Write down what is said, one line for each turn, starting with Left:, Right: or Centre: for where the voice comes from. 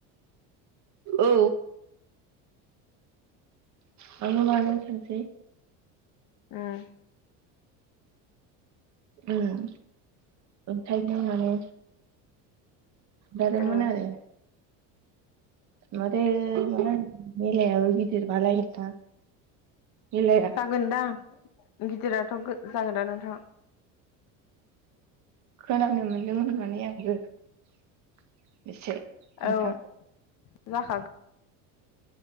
Right: औ थाङोबालाय थांसै
Left: ओम
Right: उम ओंखायनो माने दादोंमोन
Left: औ
Right: आरो माथो <unintelligible> गिदिरबालाय नोंथां मेलाया
Left: जागोनदां गिदिराथ' जागोन दा नोंथां
Right: खोनानो मोनदोंमोन माने आं <unintelligible> बेसे नोंथां?
Left: औ जाखागोन